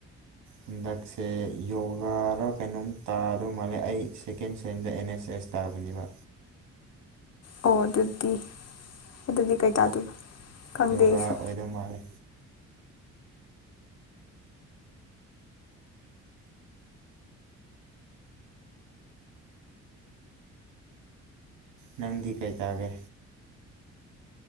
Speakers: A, on the right; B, on the left.
A: ꯍꯟꯗꯛꯁꯦ ꯌꯣꯒꯥꯔ ꯀꯩꯅꯣꯝ ꯇꯥꯗꯧ ꯃꯥꯜꯂꯦ ꯑꯩ ꯁꯦꯀꯦꯟ ꯁꯦꯟꯗ ꯑꯦꯟ ꯑꯦꯁ ꯑꯦꯁ ꯆꯁ ꯇꯥꯕꯅꯦꯕ
B: ꯑꯣ ꯑꯗꯨꯗꯤ ꯑꯗꯨꯗꯤ ꯀꯩ ꯇꯥꯗꯣꯏꯕ ꯈꯪꯗꯦ
A: ꯌꯣꯒꯥ
B: ꯑꯩꯁꯨ
A: ꯑꯣꯏꯗꯧ ꯃꯥꯜꯂꯦ ꯅꯪꯗꯤ ꯀꯩ ꯇꯥꯒꯦ